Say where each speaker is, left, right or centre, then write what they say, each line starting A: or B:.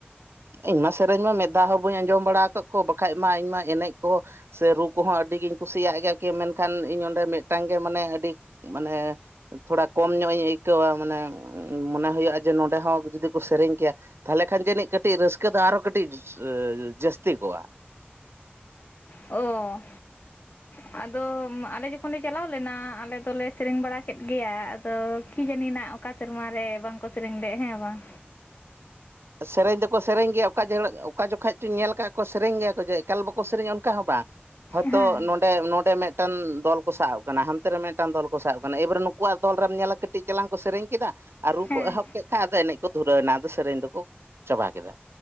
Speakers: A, on the right; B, on the left.
A: ᱤᱧᱢᱟ ᱥᱮᱨᱮᱧ ᱢᱟ ᱢᱮᱫ ᱫᱷᱟᱣ ᱦᱚᱸ ᱵᱟᱹᱧ ᱟᱸᱡᱚᱢ ᱵᱟᱲᱟ ᱟᱠᱟᱫ ᱠᱚᱣᱟ ᱵᱟᱠᱷᱟᱡ ᱢᱟ ᱤᱧᱢᱟ ᱮᱱᱮᱡ ᱠᱚ ᱥᱮ ᱨᱩ ᱠᱚᱦᱚᱸ ᱟᱹᱰᱤ ᱜᱤᱧ ᱠᱩᱥᱤᱭᱟᱜ ᱜᱮ ᱠᱤ ᱢᱮᱱᱠᱷᱟᱱ ᱤᱧ ᱚᱸᱰᱮ ᱢᱤᱫᱴᱟᱝ ᱜᱮ ᱢᱟᱱᱮ ᱟᱹᱰᱤ ᱢᱟᱱᱮ ᱛᱷᱚᱲᱟ ᱠᱚᱢ ᱧᱚᱜ ᱤᱧ ᱤᱭᱠᱟᱹᱣᱟ ᱢᱟᱱᱮ ᱢᱚᱱᱮ ᱦᱩᱭᱩᱜᱼᱟ ᱡᱮ ᱱᱚᱰᱮ ᱦᱚᱸ ᱡᱩᱫᱤ ᱠᱚ ᱥᱮᱨᱮᱧ ᱠᱮᱭᱟ, ᱛᱟᱦᱞᱮ ᱠᱷᱟᱱ ᱡᱟᱹᱱᱤᱡ ᱠᱟᱹᱴᱤᱡ ᱨᱟᱹᱥᱠᱟᱹ ᱫᱚ ᱟᱨᱚ ᱠᱟᱹᱴᱤᱡ ᱡᱟᱹᱥᱛᱤ ᱠᱚᱜᱼᱟ᱾
B: ᱚᱻ᱾ ᱟᱫᱚ ᱢᱟ ᱟᱞᱮ ᱡᱚᱠᱷᱚᱱ ᱞᱮ ᱪᱟᱞᱟᱣ ᱞᱮᱱᱟ ᱟᱞᱮ ᱫᱚᱞᱮ ᱥᱮᱨᱮᱧ ᱵᱟᱲᱟ ᱠᱮᱫ ᱜᱮᱭᱟ ᱟᱫᱚ ᱠᱤ ᱡᱟᱹᱱᱤᱡ ᱱᱟᱜᱼᱼ ᱚᱠᱟ ᱥᱮᱨᱢᱟ ᱨᱮ ᱵᱟᱝ ᱠᱚ ᱥᱮᱨᱮᱧ ᱞᱮᱜ ᱦᱮᱸ ᱵᱟᱝ᱾
A: ᱥᱮᱨᱮᱧ ᱫᱚᱠᱚ ᱥᱮᱨᱮᱧ ᱜᱮᱭᱟ ᱚᱠᱟ ᱡᱮᱦᱲᱚᱜ ᱚᱠᱟ ᱡᱚᱠᱷᱟᱡ ᱪᱩᱧ ᱧᱮᱞ ᱠᱟᱜ-ᱟ ᱠᱚᱣᱟ ᱥᱮᱨᱮᱧ ᱜᱮᱭᱟ ᱠᱚ ᱡᱮ ᱮᱠᱟᱞ ᱵᱟᱠᱚ ᱥᱮᱨᱮᱧᱟ ᱚᱱᱠᱟ ᱦᱚᱸ ᱵᱟᱝ᱾ ᱦᱳᱭᱛᱚ
B: ᱦᱮᱸ
A: ᱱᱚᱸᱰᱮ ᱱᱚᱸᱰᱮ ᱢᱤᱫᱴᱮᱱ ᱫᱚᱞᱼᱼ ᱠᱚ ᱥᱟᱵ ᱟᱠᱟᱱᱟ ᱦᱟᱱᱛᱮ ᱨᱮ ᱢᱮᱜᱴᱟᱱ ᱫᱚᱞ ᱠᱚ ᱥᱟᱵ ᱟᱠᱟᱱᱟ ᱮᱭ ᱵᱟᱨᱮ ᱱᱩᱠᱩ ᱣᱟᱜ ᱫᱚᱞ ᱨᱮᱢ ᱧᱮᱞᱟ ᱠᱟᱹᱴᱤᱡ ᱪᱮᱞᱟᱝ ᱠᱚ ᱥᱮᱨᱮᱧ ᱠᱮᱫᱟᱼᱼ ᱟᱨ ᱨᱩ
B: ᱦᱮᱸ
A: ᱠᱚ ᱮᱦᱚᱵ ᱠᱮ ᱠᱷᱟᱡ ᱟᱫᱚ ᱮᱱᱮᱡ ᱠᱚ ᱫᱷᱩᱨᱟᱹᱣ ᱱᱟ ᱟᱫᱚ ᱥᱮᱨᱮᱧ ᱫᱚᱠᱚ ᱪᱟᱵᱟ ᱠᱮᱫᱟ᱾